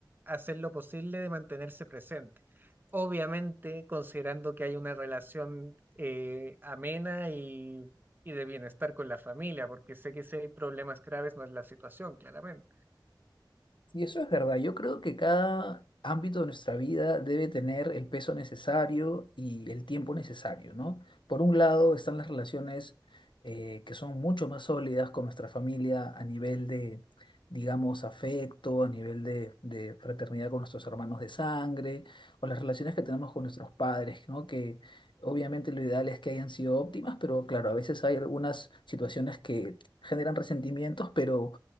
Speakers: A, on the right (about 25°); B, on the left (about 80°).
A: hacer lo posible de mantenerse presente. Obviamente, considerando que hay una relación eh, amena y, y de bienestar con la familia, porque sé que si hay problemas graves no es la situación, claramente.
B: Y eso es verdad. Yo creo que cada ámbito de nuestra vida debe tener el peso necesario y el tiempo necesario, ¿no? Por un lado están las relaciones eh, que son mucho más sólidas con nuestra familia a nivel de, digamos, afecto, a nivel de, de fraternidad con nuestros hermanos de sangre, o las relaciones que tenemos con nuestros padres, ¿no? Que obviamente lo ideal es que hayan sido óptimas, pero claro, a veces hay algunas situaciones que generan resentimientos, pero...